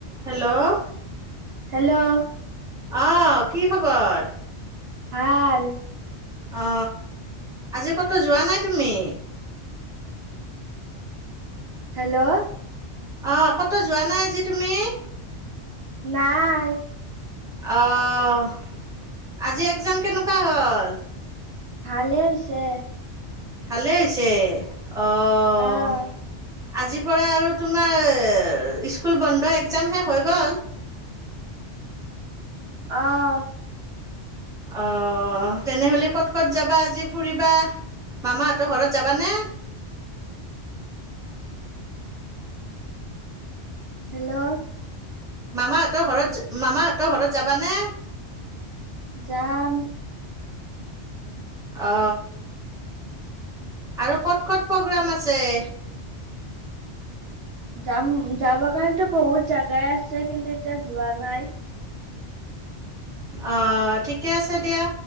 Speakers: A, in the centre; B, on the right (about 65°).
A: Hello
B: hello
A: অহ কি খবৰ?
B: ভাল।
A: অ আজি ক'তো যোৱা নাই তুমি?
B: হেল্ল'
A: অঁ‌ কটো যোৱা নাই আজি তুমি?
B: নাই
A: অঁ আজি এক্সাম কেনেকুৱা হ'ল।
B: ভালেই হৈছে।
A: ভালে হৈছে। অঁ
B: আহ
A: আজিৰ পৰা আৰু তোমাৰ স্কুল বন্ধ এক্সাম শেষ হৈ গ'ল।
B: অহ
A: অ তেনেহ'লে ক'ত-ক'ত যাবা আজি ফুৰিবা মামাহঁতৰ ঘৰত যাবানে?
B: হেল্ল'
A: মামাহঁতৰ ঘৰত মামাহঁতৰ ঘৰত যাবানে?
B: যাম।
A: অ আৰু ক'ত-ক'ত প্ৰগ্ৰাম আছেই।
B: যাম যাবৰ কাৰণেতো বহুত জেগাই আছে কিন্তু এতিয়া যোৱা নাই।
A: অ ঠিকে আছে দিয়া